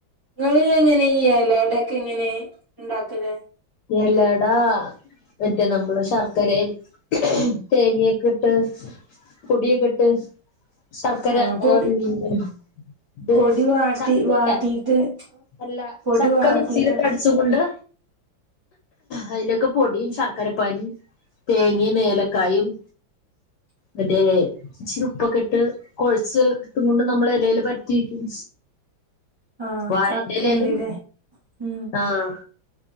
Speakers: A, on the right; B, on the left.
A: നിങ്ങള് എങ്ങനെ ഈ ഇലടക്കെ ഇങ്ങനെ ഉണ്ടാക്കലേ
B: ഇലട മറ്റേ നമ്മള് ശർക്കരയും തേങ്ങയൊക്കെട്ട് പൊടിയൊക്കെ ഇട്ട് ശർക്കര
A: ആഹ് പൊടി
B: <unintelligible> ഇത്
A: പൊടി വാട്ടി
B: ചക്കയല്ല
A: വാട്ടീട്ട്
B: അല്ല
A: പൊടി
B: ചക്ക
A: വാട്ടിട്ടാണ്
B: മിക്സിയിലിട്ട് അടിച്ച്
A: ചെ
B: കൊണ്ട് അതിലേക്ക് പൊടിയും ശർക്കരപ്പാനിയും തേങ്ങയും ഏലക്കായും മറ്റേ ഇച്ചിരി ഉപ്പൊക്കെ ഇട്ട് കൊഴച്ച് ഇട്ടും കൊണ്ട് നമ്മള് ഇലയിൽ പരത്തി വക്കും
A: ആഹ്
B: വാഴേന്റെ
A: ചക്കണ്ട്ല്ലേ
B: ഇലേലും
A: ഉം
B: ആഹ്